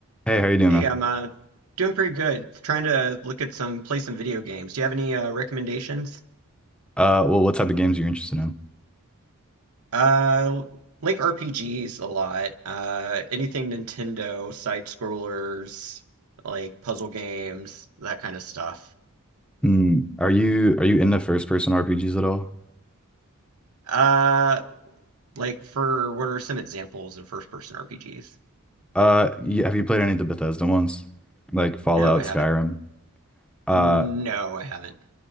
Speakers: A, in the centre; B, on the right.
A: Hey, how you doing,
B: Hey,
A: man?
B: I'm uh, doing pretty good. Trying to look at some play some video games. Do you have any uh, recommendations?
A: Uh, well, what type of games are you interested in?
B: Uh, like RPGs a lot. Uh, anything Nintendo, side scrollers, like puzzle games, that kind of stuff.
A: Mm, are you are you into first person RPGs at all?
B: Uh, like for what are some examples of first person RPGs?
A: Uh, you, have you played any of the Bethesda ones, like Fallout,
B: No, I
A: Skyrim?
B: haven't.
A: Uh,
B: No, I haven't.